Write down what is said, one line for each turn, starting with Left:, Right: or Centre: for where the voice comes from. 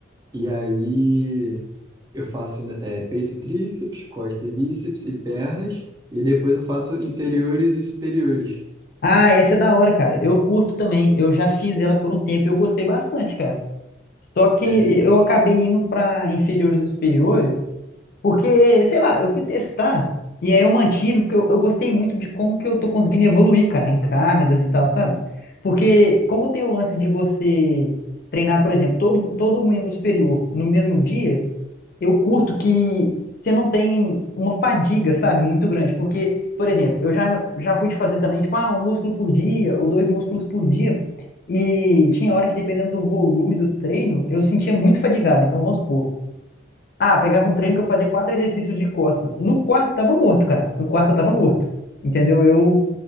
Right: E aí eu faço é, peito e tríceps, costa e bíceps e pernas. E depois eu faço inferiores e superiores.
Left: Ah, essa é da hora, cara. Eu curto também. Eu já fiz ela por um tempo e eu gostei bastante, cara. Só que
Right: É,
Left: eu acabei indo para inferiores e superiores, porque, sei lá, eu fui testar e aí eu mantive, porque eu, eu gostei muito de como que eu tô conseguindo evoluir, cara, em cargas e tal, sabe? Porque como tem o lance de você treinar, por exemplo, todo, todo membro superior no mesmo dia, eu curto que você não tem uma fadiga, sabe, muito grande. Porque, por exemplo, eu já, já fui de fazer também, tipo, ah, um músculo por dia ou dois músculos por dia. E tinha hora que, dependendo do volume do treino, eu sentia muito fadigado. Então, vamos supor. Ah, pegava um treino que eu fazia quatro exercícios de costas. No quarto tava morto, cara. No quarto eu tava morto. Entendeu? Eu,